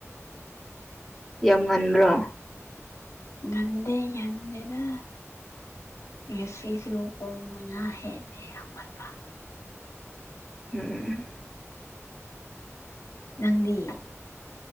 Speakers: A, in the centre; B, on the left.
A: ꯌꯥꯝ ꯉꯟꯕ꯭ꯔꯣ
B: ꯉꯟꯗꯦ ꯉꯟꯗꯦꯗ ꯉꯁꯤꯁꯨ ꯄꯨꯡ ꯃꯉꯥ ꯍꯦꯜꯂꯦ ꯍꯧꯒꯠꯄ
A: ꯎꯝ
B: ꯅꯪꯗꯤ